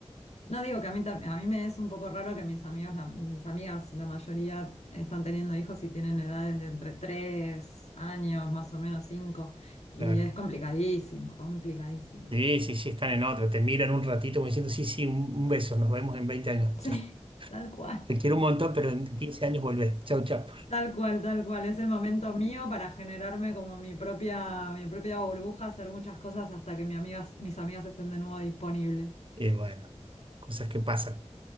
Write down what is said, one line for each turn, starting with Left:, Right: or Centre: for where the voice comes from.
Left: No digo que a mí, tam- a mí me es un poco raro que mis amigos, la- mis amigas, la mayoría están teniendo hijos y tienen edades de entre 3 años, más o menos 5 y
Right: Claro.
Left: es complicadísimo, complicadísimo.
Right: Sí,
Left: <laughs>
Right: sí, sí, están en otra. Te miran un ratito como diciendo, sí, sí, un, un beso, nos vemos en 20 años.
Left: Sí,
Right: Chao. <laughs>
Left: tal cual,
Right: Te quiero un montón, pero en 15 años volvés. Chau, chau.
Left: tal cual, tal cual. Es el momento mío para generarme como mi propia, mi propia burbuja, hacer muchas cosas hasta que mis amigas, mis amigas estén de nuevo disponibles.
Right: Eh, bueno, cosas que pasan.